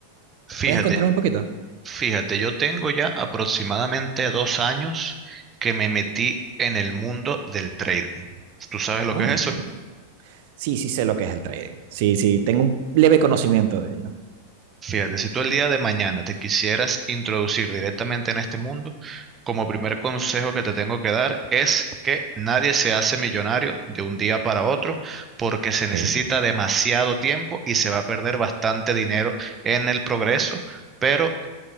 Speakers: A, on the right; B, on the right.
A: Fíjate,
B: ¿Puedes contarme un poquito?
A: fíjate, yo tengo ya aproximadamente dos años que me metí en el mundo del trading. ¿Tú sabes lo
B: Oh,
A: que es
B: del
A: eso?
B: trading. Sí, sí sé lo que es el trading. Sí, sí, tengo un leve conocimiento de ello.
A: Fíjate, si tú el día de mañana te quisieras introducir directamente en este mundo, como primer consejo que te tengo que dar es que nadie se hace millonario de un día para otro porque se
B: Ok.
A: necesita demasiado tiempo y se va a perder bastante dinero en el progreso, pero